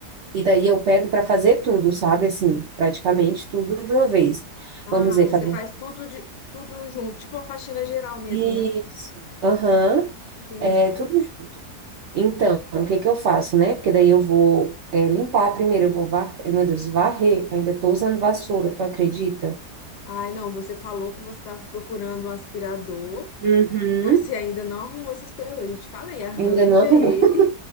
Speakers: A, on the right; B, on the left.
A: e daí eu pego para fazer tudo, sabe? Assim, praticamente tudo de uma vez.
B: Ah,
A: Vamos dizer,
B: você
A: fazer
B: faz tudo de tudo junto, tipo uma faxina geral mesmo,
A: isso.
B: né?
A: Aham.
B: Entendi.
A: É tudo junto. Então, o que que eu faço, né? Porque daí eu vou é, limpar primeiro, eu vou var... meu Deus, varrer. Eu ainda tô usando vassoura, tu acredita?
B: Ai, não, você falou que você estava procurando um aspirador.
A: Uhum.
B: E você ainda não arrumou esse aspirador. gente falei, arranja
A: Ainda não arrumou.
B: ele,
A: <laughs>